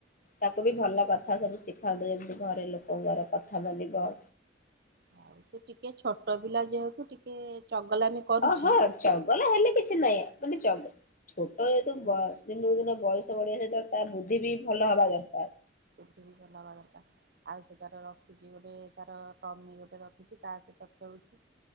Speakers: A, on the left (about 45°); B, on the right (about 55°).
A: ତାକୁ ବି ଭଲ କଥା ସବୁ ଶିଖାନ୍ତୁ ଯେମିତି ଘରେ ଲୋକଙ୍କର କଥା ମାନିବ।
B: ଆଉ ସେ ଟିକେ ଛୋଟ ପିଲା ଯହେତୁ ଟିକେ ଚଗଲାମି। କରୁଛି
A: ଅ ହ ଚଗଲା ହେଲେ କିଛି ନାହିଁ ମାନେ ଚଗ ଛୋଟ ଯେହେତୁ
B: ବୁଦ୍ଧି
A: ବ ଦିନକୁ ଦିନ ବୟସ ବଢ଼ିବା ସହିତ ତା ବୁଦ୍ଧି ବି ଭଲ ହବା ଦରକାର।
B: ବୁଦ୍ଧି ବି ଭଲ ହେବା ଦରକାର। ଆଉ ସେ ତାର ରଖିଛି ଗୋଟେ ତାର ଟମି ଗୋଟେ ରଖିଛି ତା ସହିତ ଖେଳୁଛି।